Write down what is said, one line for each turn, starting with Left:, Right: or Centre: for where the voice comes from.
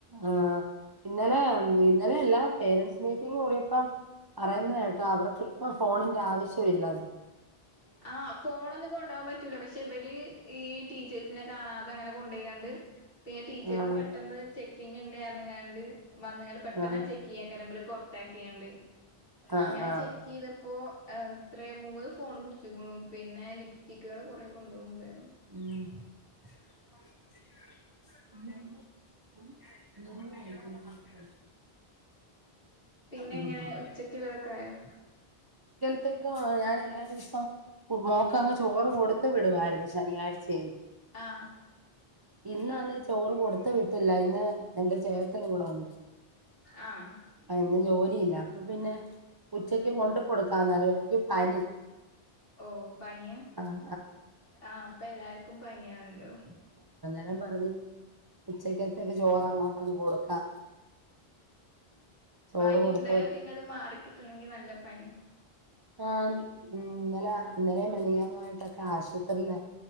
Right: ആഹ് ഇന്നലെ ഇന്നലെ എല്ലാ പേരൻറ്സ് മീറ്റിംഗ കൂടിയപ്പം പറയുന്ന കേട്ടോ അവർക്ക് ഇപ്പ ഫോണിന്റെ ആവശ്യമില്ല
Left: ആഹ് ഫോണ ഒന്നും കൊണ്ടപ പോകൻ പറ്റ പറ്റൂല പക്ഷെ ഇവല് ഈ ടീച്ചേഴ്സിനെ കാണാതെ അങ്ങനെൊക്കെ കൊണ്ട പോയിയാണ്ട് പിന്നെ ടീച്ചേഴ്സ്
Right: ആഹ്
Left: പെട്ടെന്ന് ചെക്കിങ് ഉണ്ടറഞ്ചിങ്ങാണ്ട് വന്നാണ്ട് പെട്ടെന്ന
Right: ആഹ്
Left: ചെക്ക് ചെയ്യാൻറ ഉണ്ടയിരങ്ങാണ്ട്
Right: ആഹ്
Left: അങ്ങനെ
Right: ആഹ്
Left: ചെക്ക് ചെയ്യതപ്പോൾ എത്ര മൂന്ന് ഫോണ് പിന്നെ ലിപ്സ്റ്റിക്കുകൾ കുറേ കൊണ്ട് പോകുണ്ടായിരുന്നു
Right: ഉം <unintelligible>
Left: പിന്നെ
Right: ഉം
Left: എങ്ങനെ ഉച്ചക്കുള്ളതൊക്കെ ആയോ
Right: ക്ക ഞാൻ എല്ലാ ദിവസവും മോക്കങ്ങ് ചോറ് കൊടുത്ത വിടുവായിരുന്നു ശനിയാഴ്ചയ
Left: ആഹ്
Right: ഇന്ന അന്ന് ചോറ് കൊടുത്ത വിട്ടില്ല ഇന്ന് എന്റെ ചേട്ടൻ കൂടെ ഉണ്ട്
Left: ആഹ്
Right: ആഹ് ജോലിയില്ല അപ്പൊ പിന്നെ ഉച്ചക്ക് കൊണ്ട് കൊടുക്കാന്നറിയ എനിക്ക് പനി
Left: ഓഹ് പനിയാ
Right: ആഹ്
Left: ആഹ് പ്പൊ എല്ലാർക്കും പനിയാല്ലോ
Right: ആം പറഞ്ഞഞ് ഉച്ചക്കത്തൊക്കെ ചോറ് അങ്ങോട്ട അങ് കൊടുക്കാം ചോറ്
Left: പനിണ്ടായാ
Right: കൊടുത്ത് വിടണം
Left: പിന്നെ അത് മാറിക്കിട്ടണെങ്കി നല്ല പണിയാ
Right: ആഹ് ഇന്നലെ ഇന്നലെ മലിയാനുയിട്ടൊക്കെ ആശുപത്രില്ലേ